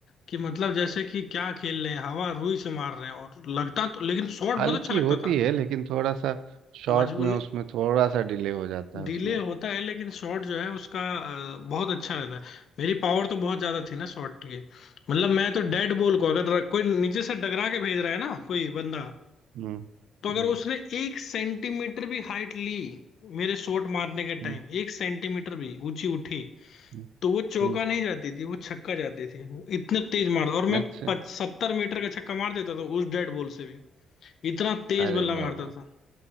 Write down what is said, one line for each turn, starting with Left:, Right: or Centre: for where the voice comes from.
Left: कि मतलब जैसे कि क्या खेल रहे हैं हवा रुई से मार रहे हैं और लगता तो लेकिन शॉट
Right: हल्की
Left: बहुत अच्छा लगता
Right: होती
Left: था
Right: है लेकिन थोड़ा सा शॉट
Left: मजबूर
Right: में उसमें थोड़ा सा डिले हो जाता है
Left: डिले
Right: उसमें
Left: होता है लेकिन शॉट जो है उसका अ, बहुत अच्छा रहता है मेरी पावर तो बहुत ज्यादा थी ना शॉट की मतलब मैं तो डेड बॉल को अगर कोई नीचे से डगरा के भेज रहा है ना कोई बंदा
Right: हम्म
Left: तो अगर
Right: हम्म
Left: उसने एक सेंटीमीटर भी हाइट ली मेरे शॉट मारने के
Right: हम्म
Left: टाइम एक सेंटीमीटर भी ऊंची उठी
Right: हम्म
Left: तो वो चौका
Right: हम्म।
Left: नहीं जाती थी वो छक्का जाती थी वो इतने तेज मारता और
Right: अच्छा
Left: मैं सत्तर मीटर का छक्का मार देता था उस डेड बॉल से भी इतना तेज
Right: अरे
Left: बल्ला
Right: वाह
Left: मारता
Right: वाह
Left: था